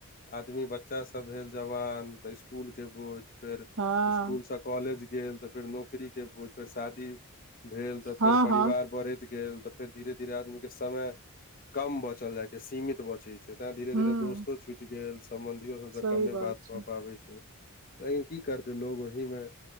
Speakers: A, on the left; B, on the right.
A: आदमी बच्चा सभ भेल जवान तऽ स्कूल के बोझ। फेर
B: हँ
A: स्कूल कॉलेज गेल तऽ फेर नौकरीके पूर्व शादी। भेल तऽ
B: हँ
A: फेर परिवार
B: हँ
A: बढ़ैत गेल तऽ फेर धीरे धीरे आदमी के समय कम बचल जाय छै सिमित बचैय छैय ताॅ धीरे
B: ह
A: धीरे दोस्तो छुटि गेल सम्बंधियो सभ से
B: सही
A: कमे बात
B: छै
A: भऽ पाबैय छैय। तऽ कि करते लोग ओहि मे